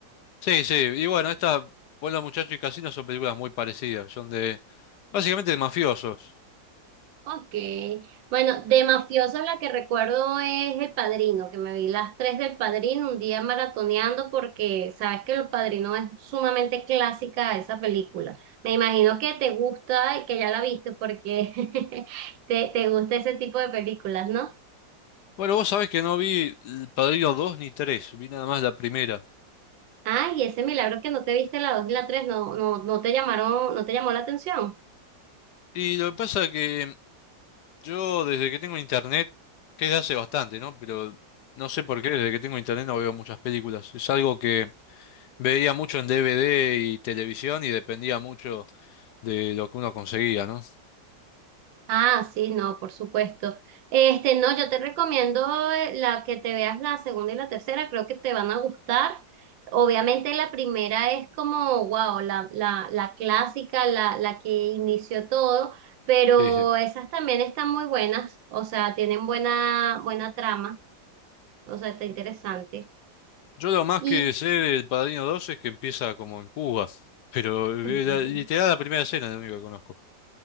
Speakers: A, on the left (about 70°); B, on the right (about 85°).
A: Sí, sí. Y bueno, esta Buenos Muchachos y Casino son películas muy parecidas. Son de básicamente de mafiosos.
B: Ok. Bueno, de mafiosos la que recuerdo es El Padrino, que me vi las tres del Padrino un día maratoneando porque sabes que El Padrino es sumamente clásica esa película. Me imagino que te gusta y que ya la viste porque <laughs> te, te gusta ese tipo de películas, ¿no?
A: Bueno, vos sabés que no vi El Padrino 2 ni 3. vi nada más la primera.
B: Ay, ese milagro que no te viste la dos y la tres, no, no, no te llamaron, no te llamó la atención.
A: Y lo que pasa es que Yo desde que tengo internet, que es de hace bastante, ¿no? Pero no sé por qué, desde que tengo internet no veo muchas películas. Es algo que veía mucho en DVD y televisión y dependía mucho de lo que uno conseguía, ¿no?
B: Ah, sí, no, por supuesto. Este, no, yo te recomiendo eh, la que te veas la segunda y la tercera, creo que te van a gustar. Obviamente la primera es como, wow, la, la, la clásica, la, la que inició todo, pero
A: Sí, sí.
B: esas también están muy buenas, o sea, tienen buena, buena trama, o sea, está interesante.
A: Yo lo más
B: Y
A: que sé del Padrino 2 es que empieza como en Cuba, pero
B: <laughs>
A: eh, la- literal la primera escena es lo único que conozco.